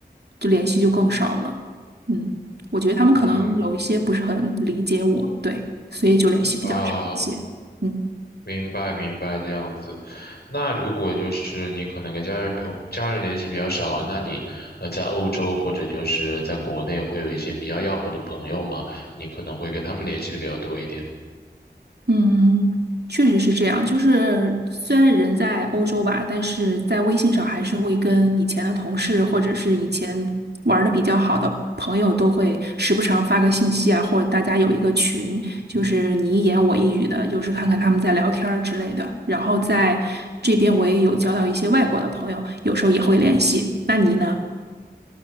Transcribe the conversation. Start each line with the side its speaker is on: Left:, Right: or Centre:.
Right: 就联系就更少了。嗯，我觉得他们可能有一些不是很理解我，
Left: 嗯
Right: 对，所以就联系比较少一些。
Left: 啊。
Right: 嗯。
Left: 明白明白，这样子。那如果就是你可能跟家人朋家人联系比较少啊，那你呃在欧洲或者就是在国内会有一些比较要好的朋友嘛，你可能会跟他们联系的比较多一点。
Right: 嗯，确实是这样。就是虽然人在欧洲吧，但是在微信上还是会跟以前的同事或者是以前玩的比较好的朋友都会时不常发个信息啊，或者大家有一个群，就是你一言我一语的，有时看看他们在聊天儿之类的。然后在这边我也有交到一些外国的朋友，有时候也会联系。那你呢？